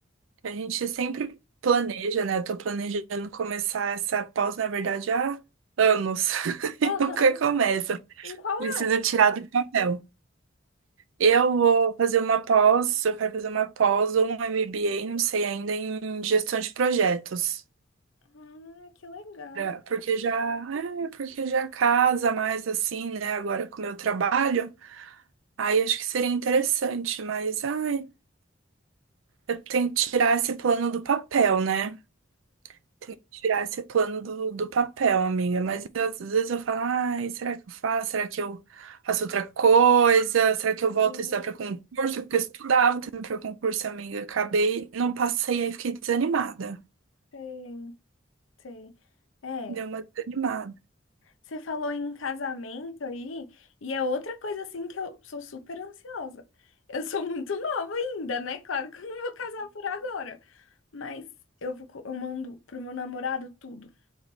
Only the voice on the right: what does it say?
a gente sempre
planeja, né, eu tô planejando começar essa pós, na verdade, há anos. <laughs>
Nunca começa.
Preciso
tirar do papel. Eu vou fazer uma pós, eu quero fazer uma pós ou um MBA, não sei ainda, em gestão de projetos.
Pra- Porque já, é, porque já casa mais assim, né, agora com o meu trabalho. Aí acho que seria interessante, mas ai, eu tenho que tirar esse plano do papel, né? Tem que tirar esse plano do, do papel, amiga. Mas às vezes eu falo, ai, será que eu faço? Será que eu faço outra coisa? Será
que eu volto a estudar para concurso? Porque eu estudava também para concurso, amiga. Acabei, não passei, aí fiquei desanimada.
Deu uma desanimada.